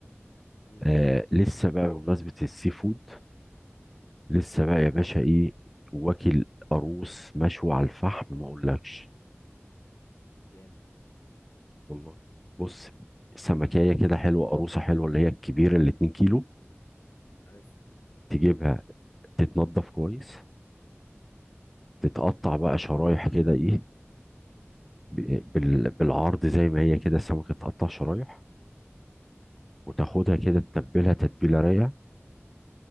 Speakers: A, on the left (about 55°); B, in the centre.
A: امم
B: آه لسه بقى بمناسبة السي فود لسه بقى يا باشا ايه واكل قاروص مشوي على الفحم ما اقولكش
A: جامد
B: والله بص سمكية كده حلوة قاروصة حلوة اللي هي الكبيرة اللي 2 كيلو
A: عارف
B: تجيبها تتنضف كويس تتقطع بقى شرايح كده ايه ب- بال- بالعرض زي ما هي كده السمكة تتقطع شرايح وتاخدها كده تتبلها تتبيلة رايقة